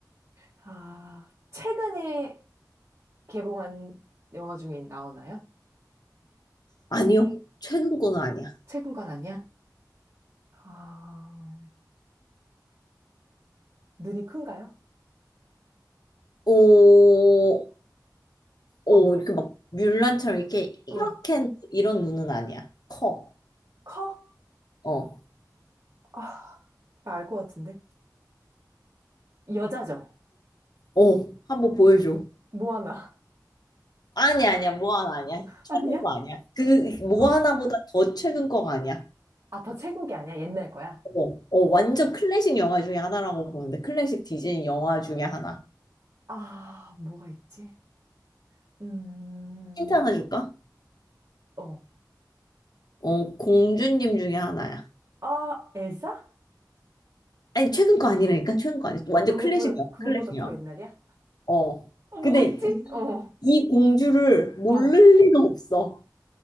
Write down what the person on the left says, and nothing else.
아니요. 최근 거는 아니야.
오, 오,
이렇게 막 뮬란처럼 이렇게 이렇게
이런 눈은 아니야. 커.
어.
어, 한 번 보여줘.
아니 아니야. 뭐 하나 아니야. 최근
거 아니야. 그 뭐
하나보다 더 최근 거가 아니야.
어, 어, 완전 클래식 영화 중에 하나라고 보는데 클래식 디즈니 영화 중에 하나.
힌트 하나 줄까?
어, 공주님 중에 하나야.
아니 최근 거 아니라니까 최근 거 아니야 완전
클래식이야
클래식이야
어
근데
이,
이 공주를 모를
리가 없어